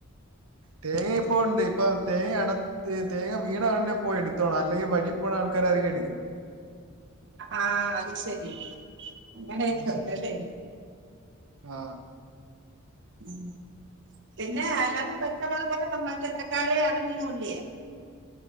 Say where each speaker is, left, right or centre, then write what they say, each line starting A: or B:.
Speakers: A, on the right (about 80°); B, on the right (about 55°).
A: തേങ്ങ ഇപ്പൊ ഉണ്ട് ഇപ്പൊ തേങ്ങ അട തേങ്ങ വീണ ഉടനെ പോയി എടുത്തോണം അല്ലെങ്കി വഴി പോണ ആൾക്കാര ആരെലും എടുക്കും.
B: ആഹ അത് ശരി അങ്ങനെയൊക്കെ
A: അത് ശരി
B: ഉണ്ട് ലെ.
A: ആ
B: ഉം. പിന്നെ അല്ലാത്ത പച്ചമുളക് മറ്റേ തക്കാളി അതൊന്നുംല്ലേ?